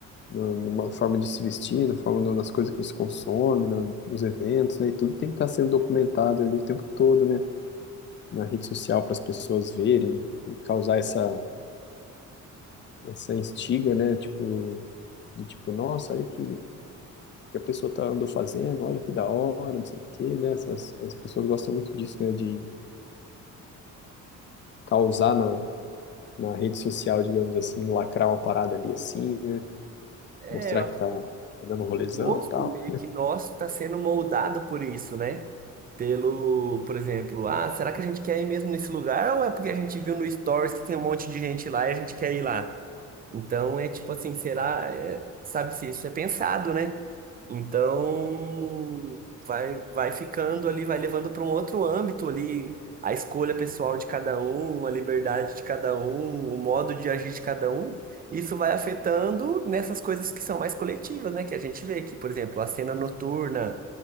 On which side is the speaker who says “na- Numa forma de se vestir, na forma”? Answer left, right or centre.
Left